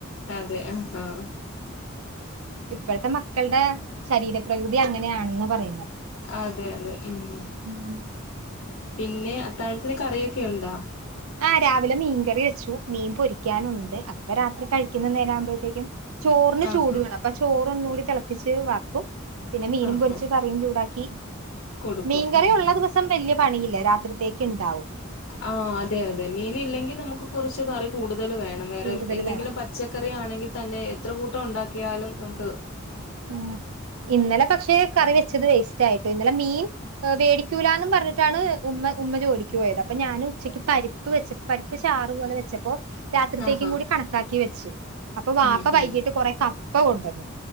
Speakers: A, on the left (about 70°); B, on the right (about 85°).
A: അതെ ആ ആഹ
B: ഇപ്പോഴത്തെ മക്കളുടെ ശരീരപ്രകൃതി അങ്ങനെയാണന്നാ പറയുന്നത്
A: അതെ അതെ ഉം
B: ഉം
A: പിന്നെ അത്താഴത്തിന് കറിയൊക്കെ ഉണ്ടോ
B: ആ രാവിലെ മീൻകറി വെച്ചു മീൻ പൊരിക്കാനുണ്ട് അത് ഇപ്പൊ രാത്രി കഴിക്കുന്ന നേരാകുമ്പോഴത്തേക്കും ചോറിന്
A: ആഹ്
B: ചൂട്
A: ആഹ്
B: വേണം അപ്പ ചോറൊന്ന് കൂടി തിളപ്പിച്ച് വാർക്കും പിന്നെ മീനും
A: ആഹ്
B: പൊരിച്ച്
A: ആഹ്
B: കറിയും ചൂടാക്കി
A: കൊടുക്കും
B: മീൻകറി
A: ഉം
B: ഉള്ള
A: ഉം
B: ദിവസം വല്യ പണിയില്ല രാത്രിത്തേക്ക് ഇണ്ടാവും
A: അ ആ അതെ അതെ മീൻ ഇല്ലെങ്കിൽ നമ്മുക്ക് കുറച്ച് കറി കൂടും കൂടുതൽ വേണം വേറെ
B: കൂടുതൽ
A: എന്തെങ്കിലും
B: വേണം
A: പച്ചക്കറി ആണെങ്കിൽ തന്നെ എത്ര കൂട്ടം ഉണ്ടാക്കി ക്ക്യാലും നമ്മുക്ക്
B: ആ ഇന്നലെ പക്ഷേ കറി വെച്ചത് വേസ്റ്റ് ആയി ഇന്നലെ മീൻ വേടിക്കൂലാന്നും പറഞ്ഞിട്ടാണ് ഉമ്മ ഉമ്മ ജോലിക്ക് പോയത് അപ്പൊ ഞാൻ ഉച്ചക്ക് പരിപ്പ് വെച്ചപ്പോ പരിപ്പ് ചാറ് പോലെ വെച്ചപ്പോ രാത്രിത്തേക്കും
A: ആഹാ
B: കൂടി കണക്കാക്കി വെച്ച് അപ്പൊ വാപ്പ
A: ഉം
B: വൈകിട്ട്
A: ഉം
B: കൊറെ കപ ഇപ്പ കൊണ്ടുവന്ന്